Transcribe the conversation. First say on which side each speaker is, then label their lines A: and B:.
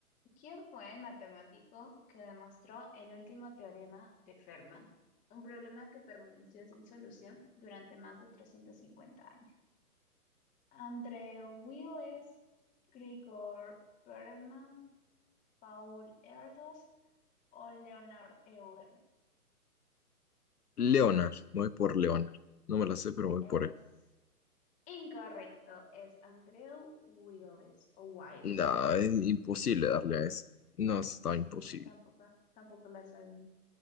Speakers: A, on the left (about 15°); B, on the left (about 80°).
A: ¿Quién fue el matemático que demostró el último teorema de Fermat? Un problema que permaneció sin solución durante más de 350 años. André Wiles, Grigor Perelman, Paul Erdos o Leonard Euler.
B: Leonard, voy por Leonard. No me la sé, pero voy
A: Es
B: por él.
A: incorrecto, es Andrew Wiles o Wiles.
B: No, es imposible darle a ese. No, está
A: Sí,
B: imposible.
A: yo tampoco, tampoco la sabía